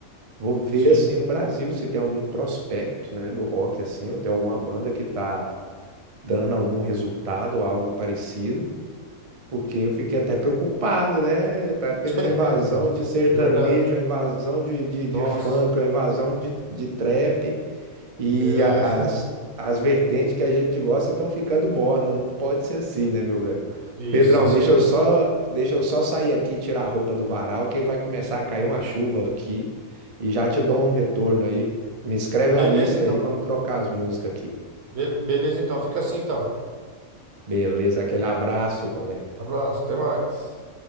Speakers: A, on the right; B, on the right.
A: Vou ver
B: Sim.
A: assim no Brasil se tem algum prospecto, né, do rock assim, ou tem alguma banda que tá dando algum resultado ou algo parecido, porque eu fiquei até preocupado, né? Tá tendo
B: <laughs>
A: uma invasão
B: É
A: de sertanejo,
B: Verdade.
A: uma invasão de, de,
B: Nossa.
A: de funk, uma invasão de, de trap. E
B: É,
A: a- as, as vertentes que a gente gosta estão ficando morna, não pode ser assim, né, meu velho?
B: Isso,
A: Pedrão,
B: isso
A: deixa
B: aí mesmo.
A: eu só, deixa eu só sair aqui e tirar a roupa do varal, que vai começar a cair uma chuva aqui e já te dou um retorno aí. Me escreve
B: Beleza,
A: a lista
B: então.
A: aí, vamos trocar as músicas aqui.
B: Be- beleza, então. Fica assim, então.
A: Beleza, aquele abraço, colega.
B: Abraço, até mais.